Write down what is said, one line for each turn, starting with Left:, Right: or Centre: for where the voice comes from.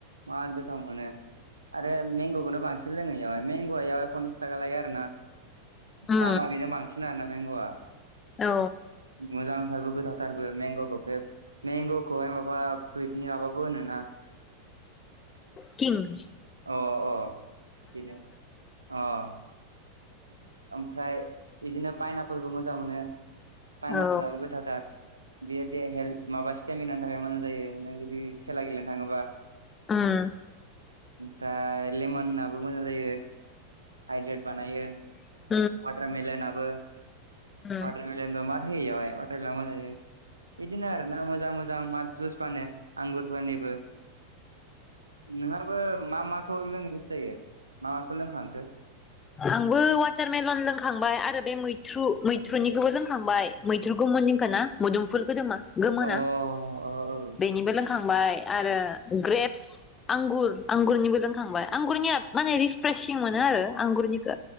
Right: माद गोथाव मोनो आरो मेंग'खौनो बांसिन लोङो इयावहाय। मेंग'आ इयावहाय पनसास थाखा लायो आर ना,
Left: उम
Right: दामा बेनो बांसिन आरो ना मेंग'आ।
Left: औ
Right: मोजांथारबो गोथावथारबो मेंग'खौ बे मेंग'खौहाय माबा फ्रुइटनि माबाबो होनोना?
Left: किंच।
Right: अ अ बिनो अह ओमफ्राय इदिनो पाइनापोलबो मोजां मोनो, पाइनापलाबो
Left: औ
Right: गोथावथार। बेयो दे हेल्थ माबा स्टेमिनानि थाखाय मोजां जायो नों जुदि खेला गेलेनो थाङोबा।
Left: उम।
Right: ओमफ्राय लेमनाबो मोजां जायो हाइद्रेड बानायो।
Left: <inaudible>
Right: वाटारमेलनाबो
Left: उम
Right: वाटारमेलनबो माद थायो बेयावहाय वाटारमेलना मोजां जायो। बिदिनो आरो ना मोजां मोजां माद जुस फानो आंगुरफोरनिबो। नों आरोबो मा माखौ लोंनो गोसो जायो, मा माखौ लोंखांखो?
Left: आंबो वाटारमेलन लोंखांबाय आरो बे मैथ्रु मैथ्रुनिखौबो लोंखांबाय मैथ्रुगौमोननिखौ ना। मुदुम फुल गोदोमा। गोमोना
Right: अ औ औ
Left: बेनिबो लोंखांबाय आरो ग्रेपस। आंगुर आंगुरनिबो रोंखांबाय आंगुरनिया माने रिफ्र्रेसिं मोनो आरो आंगुरनिखौ।